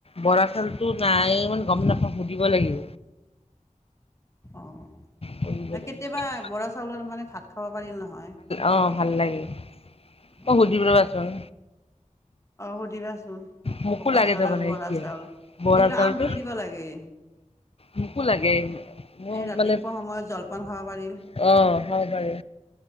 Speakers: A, on the left (about 50°); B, on the left (about 20°).
A: বৰা চাউলতো নাই ইমান গম নাপাওঁ সুধিব লাগিব।
B: অ
A: সুধিব লাগিব।
B: কেতিয়াবা বৰা চাউলৰ মানে ভাত খাব পাৰিল নহয়।
A: অ ভাল লাগে। মই
B: অ
A: সুধিম ৰ'বাচোন
B: অ সুধিবাচোন
A: মোকো
B: বোকা
A: লাগে
B: চাউল
A: তাৰমানে
B: আৰু বৰা
A: এতিয়া।
B: চাউল এইবিলাক
A: বৰা চাউলটো
B: আনি থৈ দিব লাগে।
A: মোকো লাগে। মোৰ
B: এই ৰাতিপুৱা
A: মানে
B: সময়ত জলপান খাব পাৰি।
A: অ', খাব পাৰি